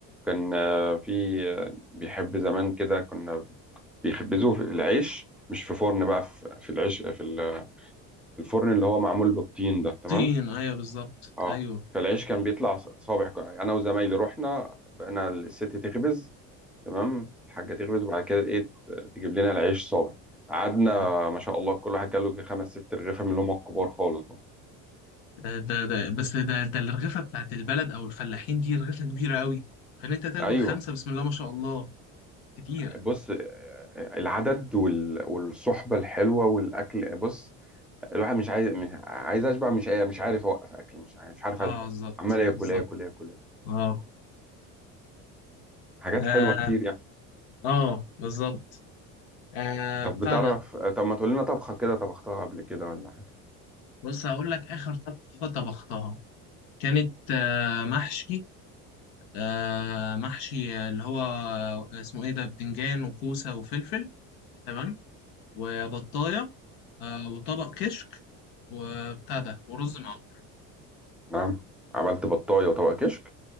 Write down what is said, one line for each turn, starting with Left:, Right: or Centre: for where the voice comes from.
Centre: كان آه، في آه، بيحب زمان كده كنا بيخبزوه في العيش مش في فرن بقى في في العيش في ال- في الفرن اللي هو معمول بالطين ده تمام
Left: طين أيوه بالظبط
Centre: اه
Left: أيوه
Centre: فالعيش كان بيطلع صابع ك- انا وزمايلي رحنا بقينا الست تخبز تمام الحاجه تخبز وبعد كده ايه ت- تجيب لنا العيش صابع قعدنا
Left: آه.
Centre: ما شاء الله كل واحد جاله يجي خمس ست رغيفه من اللي هم الكبار خالص دول
Left: ده ده ده- بس ده ده الرغيفة بتاعت البلد أو الفلاحين دي رغيفة كبيرة قوي فإن أنت تاكل
Centre: ايوه
Left: خمسة بسم الله ما شاء الله كتير
Centre: بص آه، العدد وال- والصحبه الحلوه والاكل بص الواحد مش عايز مش عايز اشبع مش مش عارف اوقف اكل مش عارف مش عارف
Left: آه
Centre: اشبع
Left: بالظبط
Centre: عمال اكل
Left: بالظبط
Centre: اكل اكل اكل
Left: آه
Centre: حاجات
Left: آه,
Centre: حلوه كتير يعني
Left: آه بالظبط آه
Centre: طب
Left: بتاع
Centre: بتعرف
Left: ده
Centre: طب ما تقول لنا طبخه كده طبختها قبل كده ولا حاجه
Left: بص هقول لك آخر طبخة طبختها كانت آه، محشي آه، محشي اللي هو اسمه ايه ده بتنجان وكوسة وفلفل تمام وبطاية آه، وطبق كشك وبتاع ده ورز معمر
Centre: نعم عملت بطايه وطبق كشك